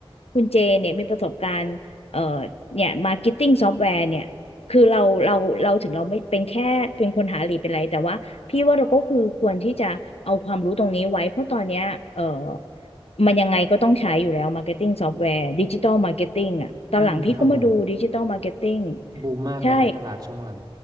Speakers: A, on the left (about 85°); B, on the right (about 40°).
A: คุณเจเนี่ยมีประสบการณ์เอ่อเนี่ยมาร์เก็ตติ้งซอฟต์แวร์เนี่ยคือเราเราเราถึงเราไม่เป็นแค่เป็นคนหาลีดเป็นไรแต่ว่าพี่ว่าเราก็คือควรที่จะเอาความรู้ตรงนี้ไว้เพราะตอนเนี้ยเอ่อ มันยังไงก็ต้องใช้อยู่แล้วมาร์เก็ตติ้งซอฟต์แวร์ดิจิตัลมาร์เก็ตติ้งอ่ะตอนหลังพี่ก็มาดูดิจิตัลมาร์เก็ตติ้ง
B: อืมครับผมบูมมากเลยนะตลาดช่วงหลัง
A: ใช่